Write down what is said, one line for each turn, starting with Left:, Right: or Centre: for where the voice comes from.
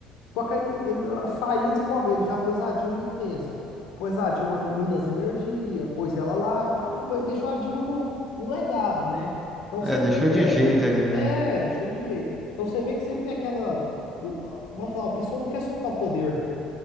Left: Só que aí ele ah, saindo, você pode ver, ele já pôs a Dilma em evidência. Pôs a Dilma em Minas Energia, pôs ela lá e pá, e pô- deixou a Dilma no, no legado, né? Então você
Centre: é, deixou
Left: vê que
Centre: de
Left: é.
Centre: jeito ali,
Left: É,
Centre: né?
Left: deixou de jeito. Então você vê que sempre tem aquela. o- a- vamos falar, o pessoal não quer soltar o poder.